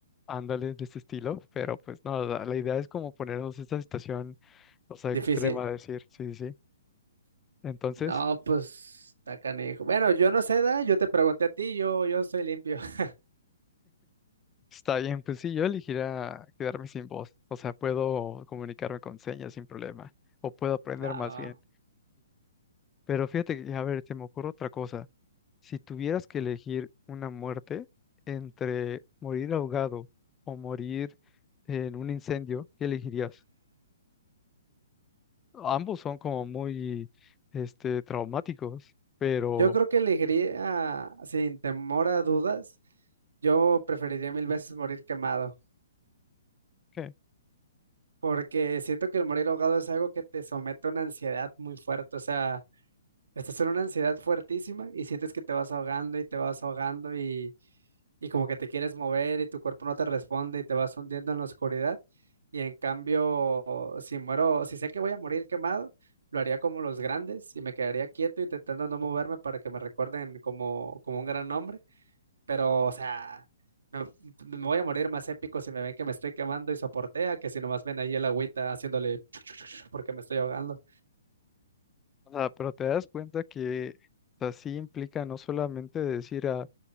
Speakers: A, on the left; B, on the right.
A: ándale de este estilo, pero pues no, la, la idea es como ponernos esta situación, o sea,
B: Difícil.
A: extrema, decir, sí, sí. sí. Entonces,
B: No, pues, está canijo. Bueno, yo no sé, da, yo te pregunté a ti, yo, yo soy limpio. <laughs>
A: está bien, pues sí, yo elegiría quedarme sin voz, o sea, puedo comunicarme con señas sin problema, o puedo aprender
B: Va,
A: más
B: va, va.
A: bien. Pero fíjate, que, a ver, se me ocurre otra cosa. Si tuvieras que elegir una muerte entre morir ahogado o morir en un incendio, ¿qué elegirías? Ambos son como muy, este, traumáticos, pero
B: Yo creo que elegiría, sin temor a dudas. Yo preferiría mil veces morir quemado,
A: ¿qué?
B: porque siento que el morir ahogado es algo que te somete a una ansiedad muy fuerte, o sea, estás en una ansiedad fuertísima y sientes que te vas ahogando y te vas ahogando y, y como que te quieres mover y tu cuerpo no te responde y te vas hundiendo en la oscuridad. Y en cambio, si muero, si sé que voy a morir quemado, lo haría como los grandes y me quedaría quieto y intentando no moverme para que me recuerden como, como un gran hombre Pero, o sea, me, me voy a morir más épico si me ven que me estoy quemando y soportea que si nomás ven ahí el agüita haciéndole <laughs> porque me estoy ahogando.
A: O sea, pero te das cuenta que así implica no solamente decir, ah,